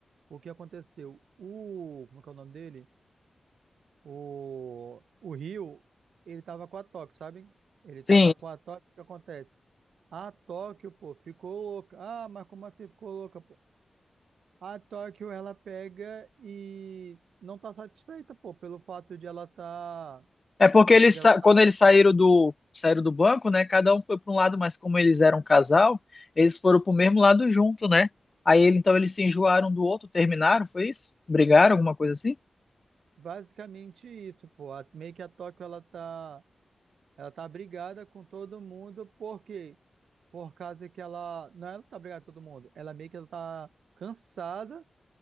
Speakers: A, on the right (about 85°); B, on the left (about 45°).
A: O que aconteceu? O, como é que é o nome dele? O, o Rio, ele tava com a Tóquio, sabe? Ele tava
B: Sim,
A: com a Tóquio, o que acontece? A Tóquio, pô, ficou louca. Ah, mas como assim ficou louca, pô? A Tóquio, ela pega e não tá satisfeita, pô, pelo fato de ela tá,
B: É porque eles,
A: de ela
B: sa-
A: tá
B: quando eles saíram do, saíram do banco, né? Cada um foi para um lado, mas como eles eram um casal, eles foram para o mesmo lado junto, né? Aí ele- então eles se enjoaram do outro, terminaram, foi isso? Brigaram, alguma coisa assim?
A: basicamente isso, pô. A- meio que a Tóquio, ela tá, ela tá brigada com todo mundo, por quê? Por causa que ela, não, é ela tá brigada com todo mundo, ela meio que ela tá cansada